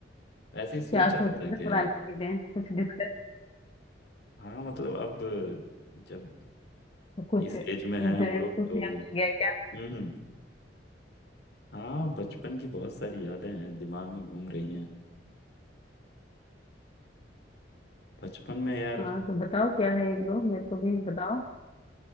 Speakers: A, on the left; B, on the left.
A: ऐसे
B: क्या
A: ही सोच
B: सोच
A: रहा
B: रहे
A: था
B: थे
A: कि
B: पुरानी
A: यार
B: चीजें कुछ डिस्कस
A: हाँ मतलब अब जब
B: कुछ
A: इस
B: इंसिडेंट
A: एज में है हम लोग
B: कुछ
A: तो
B: याद आ गया क्या
A: हम्म हम्म, हाँ बचपन की बहुत सारी यादें हैं दिमाग में घूम रही हैं बचपन में यार
B: हाँ तो बताओ क्या है एक दो मेरे को भी बताओ